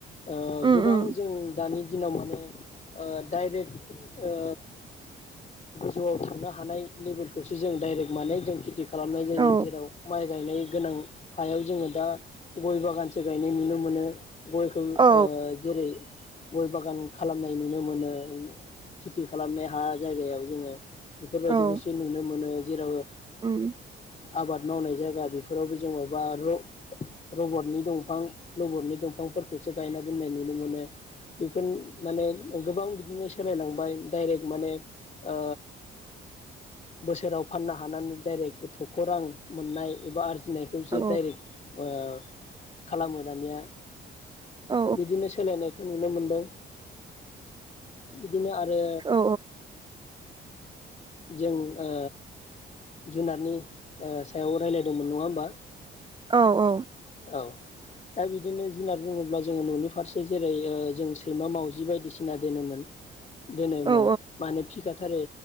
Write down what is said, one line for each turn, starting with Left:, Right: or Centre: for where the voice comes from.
Left: ओ
Right: उम
Left: गोबां
Right: उम
Left: जों दानि दिनाव माने ओ डाइरेक्ट ओ गोजौआव थांनो हानाय लेभेलखौसो जों डाइरेक्ट माने जों खेथि खालामनाय जायो
Right: औ
Left: जेराव माइ गायनाय गोनां हायाव जोङो दा गय बागानसो गायनाय नुनो मोनो। गयखौ
Right: औ
Left: ओ जेरै गय बागान खालामनाय नुनो मोनो खेथि खालामनाय हा जायगायाव जोङो। बेफोरबायदिखौसो
Right: औ
Left: नुनो मोनो। जेराव ओ
Right: उम
Left: आबाद मावनाय जायगा बेफोरावबो जोङो बा र रबटनि दंफां रबटनि दंफांफोरखौसो गायना दोननाय नुनो मोनो बेफोर माने गोबां बिदिनो सोलायलांबाय डाइरेक्ट माने ओ बोसोराव फाननो हानानै डाइरेक्ट थख' रां मोननाय एबा आरजिनाय <unintelligible> दाडाइरेक्ट
Right: औ
Left: ओ खालामो दानिया।
Right: औ
Left: बिदिनो सोलायनाय नुनो मोनदों <inaudible> बिदिनो आरो
Right: औ
Left: जों ओ जुनारनि ओ सायाव रायलायदोंमोन नङा होमबा?
Right: औ औ।
Left: औ दा बिदिनो जुनार बुङोब्ला जोङो न'नि फारसे जेरै- ओ जों सैमा मावजि बायदिसिना दोनोमोन। दोनोमोन
Right: औ
Left: माने फिखा थारै